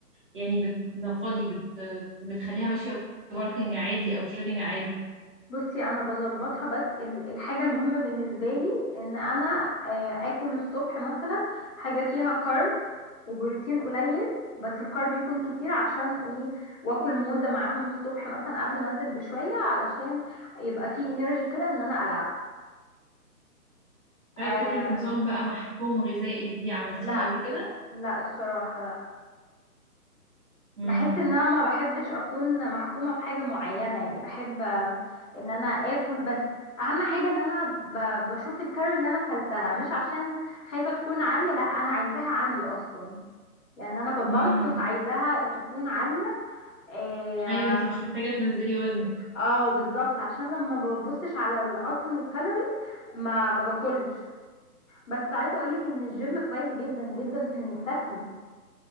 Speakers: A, on the right; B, on the left.
A: يعني بتنفضي بت... بتخليها ماشية بالكنج عادي أو شريدنج عادي؟
B: بصي انا بظبطها بس ال- الحاجه المهمه بالنسبه لي ان انا آه، اكل الصبح مثلا حاجه فيها كارب وبروتين قليل بس الكارب يكون كتير عشان ايه واكل موزه معاهم الصبح مثلا قبل ما انزل بشويه علشان يبقى فيه انرجي كده ان انا العب
A: طيب
B: آه
A: فكرة نظام بقى محكوم غذائي دي عملتيها
B: لا
A: قبل كده؟
B: لا الصراحه لا
A: مم.
B: بحس ان انا ما بحبش اكون محكومة في حاجة معينة يعني بحب آم، ان انا اكل بس اهم حاجة ان انا ب- بشوف الكالوري اللي انا اكلتها مش عشان خايفة تكون عالية لا انا عايزاها عالية اصلا يعني انا ببلك
A: امم
B: فعايزاها تكون عالية اه
A: ايوه انتي مش محتاجه تنزلي وزنك
B: آه، بالظبط عشان لما ما ببصش على ال- اصلا الكالوري ما ما باكلش بس عايزة اقولك ان الجيم كويس جدا جدا في انك تاكلي